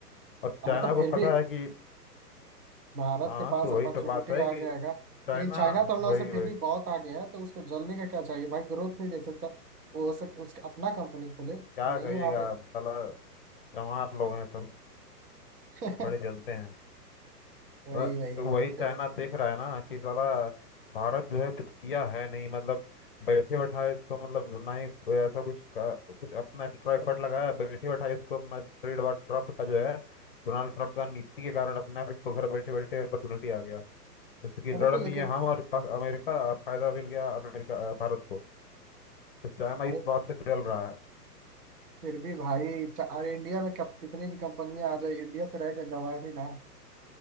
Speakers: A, on the left (about 35°); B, on the right (about 65°).
A: और
B: अरे
A: चाइना
B: तो
A: को
B: फिर
A: पता
B: भी
A: है कि
B: भारत
A: हाँ
B: के पास
A: तो
B: अपॉर्चुनिटी
A: वही तो बात है कि
B: आ गया है
A: चाइना
B: लेकिन चाइना तो हम
A: वही
B: लोग से फिर
A: वही
B: भी बहुत आगे है तो उसको जल्दी का क्या चाहिए भाई ग्रोथ नहीं देख सकता वो हो सके उसके अपना कंपनी खोले
A: क्या
B: नहीं
A: करिएगा
B: वहाँ पे
A: साला चमार लोग हैं सब
B: <laughs>
A: बड़े जलते हैं
B: वही
A: अ,
B: वही
A: तो वही चाइना
B: यस
A: देख रहा है ना कि साला भारत जो है कुछ किया है नहीं मतलब बैठे बैठाए इसको मतलब ना ही कोई ऐसा कुछ का, कुछ अपना एक्स्ट्रा एफर्ट लगाया बैठे बैठाए इसको अपना ट्रेड वॉर ट्रम्प का जो है डोनाल्ड ट्रम्प का नीति के कारण अपने आप इसको घर बैठे बैठे अपॉर्चुनिटी आ गया जैसे कि
B: अरे
A: लड़
B: तो
A: लिए
B: लेकिन
A: हम और पाक- अमेरिका फायदा मिल गया अमेरिका भारत को तो चाइना
B: अरे
A: इस बात से जल रहा है
B: फिर भी भाई च- अरे इंडिया में कब कितनी भी कंपनियां आ जाए इंडिया तो रहेगा गंवार ही ना